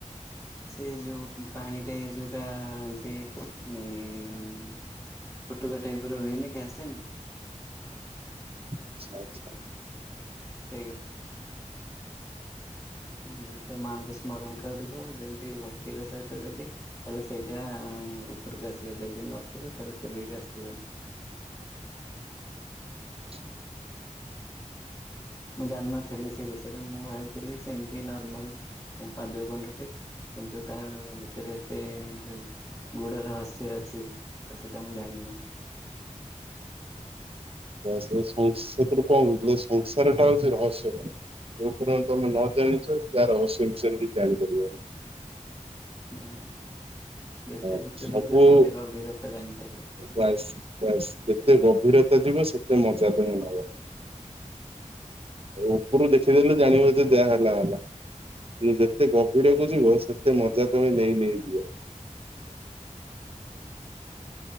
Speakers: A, on the left (about 20°); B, on the right (about 45°).
A: ସେ ଯୋଉ ପାଣିରେ ଯୋଉଟା ଏମତି ଇଁ ଫୁଟୁକା ଟାଇପ୍ ର ହୁଏନି କି ଆସେନି?
B: ଆଚ୍ଛା ଆଚ୍ଛା।
A: ସେଇ ଗୋଟ୍ ମୁଁ ତ ମାଆଙ୍କୁ ସ୍ମରଣ କରିବ ଯେମତି ଭକ୍ତିର ସହିତ ଯଦି ତାଲେ ସେଇଟା ଉପରୁକୁ ଆସିବ ଯଦି ନଥିବ ତାହେଲେ କେବେ ବି ଆସିବନି।
B: ଛା
A: ମୁଁ ଜାଣିନଥିଲି ସେ ବିଷୟରେ ମୁଁ ଭାବିଥିଲି ସେମତି ନର୍ମାଲ କୁ ପାଦୁ କୁଣ୍ଡଟେ। କିନ୍ତୁ ତା ଭିତରେ ଏତେ ଯୋଉ ଗୁଡ ରହସ୍ୟ ଅଛି ତ ସେଇଟା ମୁଁ ଜାଣିନଥି
B: ବାସ୍ ଏଇ ସଂସ୍ ସେଇଥୁରୁ କମ ମି ଏ ସଂସାରଟା ହଉଛି ରହସ୍ୟମୟ। ଯୋଉ ପର ତମେ ନ ଜାଣିଛ ଯାହା ରହସ୍ୟ ବିଷୟରେ କି ଜାଣିପାରିବନି।
A: ହୁଁ ଯେତେ
B: ହଁ
A: ଭିତରୁ
B: ସବୁ
A: ଯିବ ସେତେ ଗଭୀରତା ଜାଣିପାରିବ।
B: ବାସ୍ ବାସ୍ ଯେତେ ଗଭୀରତା ଯିବ ସେତେ ମଜା ତମେ ନବ। ଓ ଓପରୁ ଦେଖେଇ ଦେଲେ ଜାଣିବ ଯେ ଯାହା ହେଲା ହେଲା। ଯେତେ ଗଭୀରକୁ ଯିବ ସେତେ ମଜା ତମେ ନେଇ ନେଇଯିବ।